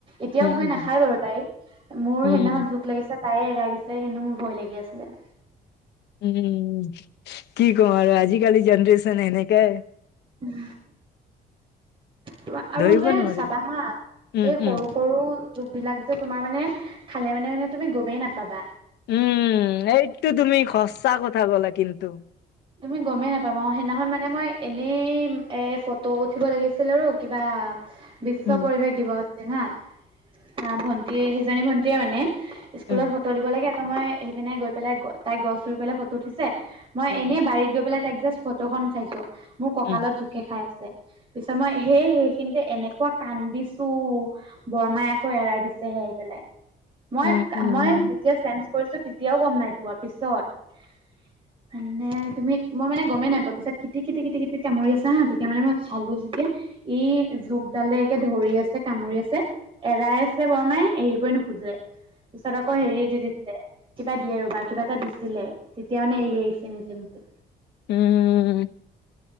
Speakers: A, on the right; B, on the left.
A: এতিয়াও
B: উম,
A: ভয় নাখায় বাৰু তাইৰ মোৰ
B: উম।
A: সেইদিনাখনত জোক লাগিছে তায়ে এৰাই দিছিলে কিন্তু মোৰ ভয় লাগি আছিলে
B: উম কি কওঁ আৰু আজিকালি জেনেৰে্যন এনেকে
A: উ তোম আৰু
B: ধৰিব
A: যে
B: নোৱাৰি।
A: চাবা হা এই
B: উম,
A: সৰু
B: উম।
A: সৰু যুগ বিলাক যে তোমাৰ মানে খালে মানে মানে তুমি গমেই নাপাবা
B: উম এইটো তুমি খচা কথা ক'া কিন্তু
A: তুমি গমেই নাপাম অ সেইদিনাখন মানে মই এনেই এ ফটো উঠিব লাগিছিল আৰু কিবা বিশ্ব
B: উম,
A: পৰিৱেশ দিৱস আছে হা আহ ভন্টি সেইজনী ভন্টিয় মানে স্কুলত
B: উম,
A: ফটো দিব লাগে ত মই সেইপিনে গৈ পেলাই তাই গছ ৰুই পেলাই ফটো উঠিছে মই
B: উম,
A: এনেই বাৰীত গৈ পেলাই তাইক জাষ্ট ফটোখন উঠাইছো মোৰ কঁকালত
B: উম,
A: জোকে খাই আছে পিছত মই সেই সেইখিনিতে এনেকুৱা কান্দিছো বৰমাই আকৌ এৰাই দিছেহে ম
B: উম, উম,
A: মই যে চে কৰিছো তেতিয়াও গম নাই কোৱা পিছত মানে তুমি মই মানে গমেই নাই পোৱা পিছত কেটি কেতিি কেটি কেটি কামৰি আা হা তেতিয়া মানে মই চালো যেতিয়া ই জুগডালে একে ধৰি আছে কামুৰি আছে এৰাই আছে বৰমাই এৰিবই নোখোজে পিছত আকৌ হেৰি দি দিছে কিবা দিয়ে আৰু বা কিবা এটা দিছিলে তেতিয়া মানে এৰি আহিছে নিজে নিজে
B: উম, উম,